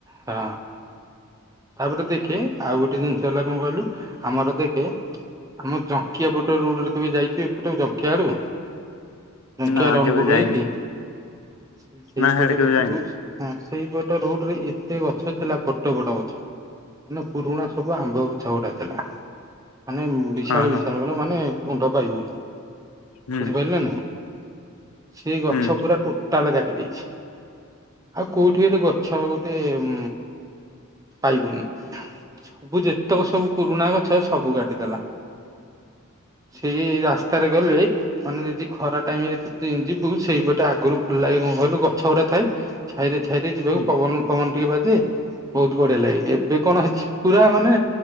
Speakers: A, on the right (about 15°); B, on the left (about 85°).
A: ହଁ। ତାପରେ ଦେଖେ ଆଉ ଗୋଟେ ଜିନିଷ ହେଲା କଣ କହିଲୁ ଆମର ଦେଖେ ଆମ ଜଙ୍କିଆ ପଟେ ରୋଡରେ କେବେ ଯାଇଛ ଏପଟେ ଜଙ୍କିଆ ଆଡୁ? ମୁଖିଆ
B: ନା
A: ରଣପୁର
B: କେବେ ଯାଇନି
A: ହେଇକି ସେଇପଟେ
B: ନା ହିଆଡେ କେବେ
A: ଦେଖିବୁ
B: ଯାଇନି
A: ଆ ସେଇପଟ ରୋଡ ରେ ଏତେ ଗଛ ଥିଲା ବଡ ବଡ ଗଛ। ମନେ ପୁରୁଣା ସବୁ ଆମ୍ବ ଗଛଗୁଡା ଥିଲା। ମାନେ ବିଶାଳ
B: ହଁ ହଁ
A: ବିଶାଳ ବଡ ମାନେ ଉଣ୍ଡ ପାଇବନି ବୁଝିପାରିଲୁ
B: ହୁଁ
A: ନା ନାଇଁ। ସେ ଗଛ
B: ହୁଁ
A: ପୁରା ଟୋଟାଲ କାଟି ଦେଇଛି ଆଉ କୋଉଠି ବି ଏଠି ଗଛ ଗୋଟେ ଉଁ। ପାଇବୁନୁ ସବୁ ଯେତେକ ସବୁ ପୁରୁଣା ଗଛ ସବୁ କାଟିଦେଲା। ସେଇ ରାସ୍ତାରେ ଗଲେ ମାନେ ଯଦି ଖରା ଟାଇମ ରେ ତୁ। ଦି ଯିବୁ ସେଇପଟେ ଆଗରୁ ଭଲ ଲାଗେ କଣ କହିଲୁ ଗଛ ଗୁରା ଥାଏ ଛାଇରେ। ଛାଇରେ ଯିବାକୁ
B: ହୁଁ।
A: ପବନ ଫବନ ଟିକେ ବାଜେ ବହୁତ ‌। ବହୁତ ବଢଆ ଲାଗେ ଏବେ କଣ ହେଇଛି ପୁରା ମାନେ